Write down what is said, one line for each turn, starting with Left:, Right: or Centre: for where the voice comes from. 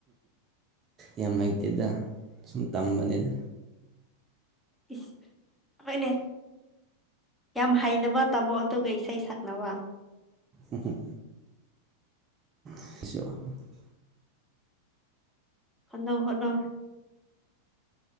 Right: ꯌꯥꯝ ꯍꯩꯇꯦꯗ ꯁꯨꯝ ꯇꯝꯕꯅꯦꯗ
Centre: ꯏꯁ ꯍꯣꯏꯅꯦ ꯌꯥꯝ ꯍꯩꯅꯕ ꯇꯝꯃꯣ ꯑꯗꯨꯒ ꯏꯁꯩ ꯁꯛꯅꯕ
Right: ꯎꯝꯍꯨꯝ <unintelligible>
Centre: ꯍꯣꯠꯅꯧ ꯍꯣꯠꯅꯧ